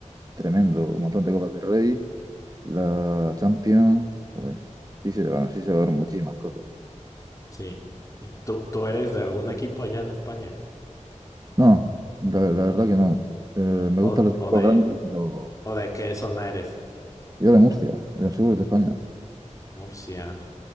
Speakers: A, on the right; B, on the left.
A: tremendo. Un montón de Copas del Rey, la Champions. Joder, sí se llevaron, sí se llevaron muchísimas cosas.
B: Sí. ¿Y tú, tú eres de algún equipo allá en España?
A: No, la, la verdad que no. Eh, me
B: ¿O,
A: gustan los equipos
B: o de,
A: grandes, pero
B: o de qué zona eres?
A: yo de Murcia, del sur de España.
B: Murcia.